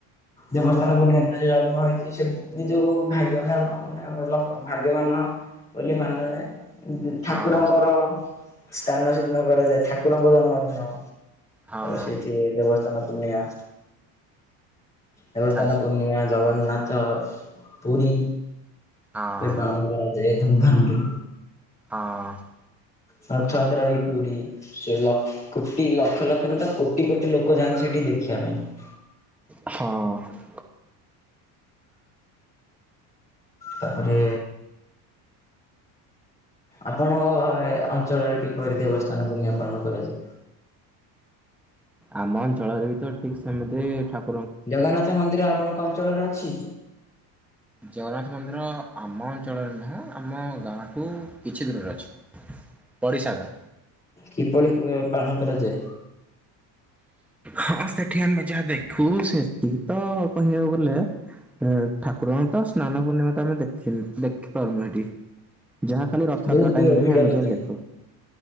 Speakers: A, on the left; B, in the centre.
A: ଦେବ ସ୍ନାନ ପୂର୍ଣ୍ଣିମା ଦିନ ଯେ ଜନ୍ମ ହୋଇଛି ସେ ନିଜକୁ ଭାଗ୍ୟ ବାନ ମନେକରେ ଆଉ ଲକ୍ ଭାଗ୍ୟବାନ ବୋଲି ମାନାଯାଏ ଠାକୁରଙ୍କର
B: ହଁ
A: ଷ୍ଟାନ ସେ ଦିନ କରାଯାଏ ଠାକୁରଙ୍କ ଜନ୍ମ ଦିନ।
B: ହଁ
A: ସେଠି ଦେବସ୍ତ୍ନାପୂର୍ଣୀମା। ଦେବସ୍ଥାନ
B: ଆଚ୍ଛା
A: ପୂର୍ଣ୍ଣିମା ଜଗନ୍ନାଥ ପୁରୀ
B: ହଁ
A: ପାଳନ କରାଯାଏ ଧୁମ୍ ଧାମରେ।
B: ହଁ।
A: ରଥଯାତ୍ରା ବି ପୁରୀ। ସେ ଲ କୋଟି ଲକ୍ଷ ଲକ୍ଷ ନୁହେଁ ତ କୋଟି କୋଟି ଲୋକ ଯାଆନ୍ତି ସେଠି ଦେଖିବା ପାଇଁ।
B: ହଁ।
A: ତା ପରେ ଆପଣଙ୍କ ଅଞ୍ଚଳରେ କିପରି ଦେବସ୍ଥାନ ପୂର୍ଣ୍ଣିମାପାଳନ କରାଯାଏ?
B: ଆମ ଅଞ୍ଚଳରେ ବି ତ ଠିକ ସେମିତି ଠାକୁ
A: ଜଗନ୍ନାଥ ମନ୍ଦିର ଆପଣଙ୍କ ଅଞ୍ଚଳରେ ଅଛି?
B: ଜଗନ୍ନାଥ ମନ୍ଦିର ଆମ ଅଞ୍ଚଳରେ ନୁହେଁ ଆମ ଗାଁଠୁ କିଛି ଦୂରରେ ଅଛି। ପଡ଼ିସା ଗାଁ।
A: କିପଳି ପାଳନ କରାଯାଏ?
B: ହଁ ସେଠି ଆମେ ଯାହା ଦେଖୁ ସେତିକି ତ କହିବାକୁ ଗଲେ ଏ ଠାକୁରଙ୍କ ତ ସ୍ନାନ ପୂର୍ଣ୍ଣିମା ତ ଆମେ ଦେଖିନୁ, ଦେଖି ପାରୁନୁ ହେଠି। ଯାହା ଖାଲି ରଥଯାତ୍ରା
A: ବହୁତ ଭି
B: ଟାଇମ ରେ
A: ଭିଡ଼
B: ହିଁ ଆମେ
A: ହୋଇଥାଏ।
B: ଦେଖୁ।